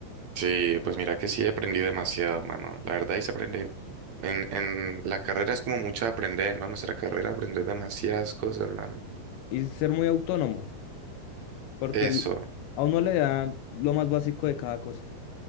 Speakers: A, on the right; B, on the left.
A: Sí, pues mira que sí he aprendido demasiado, mano. La verdad, y se aprende. En, en la carrera es como mucho aprender, ¿no? Nuestra carrera aprender demasiadas cosas, mano.
B: Y ser muy autónomos, porque
A: Eso,
B: el- a uno le dan lo más básico de cada cosa.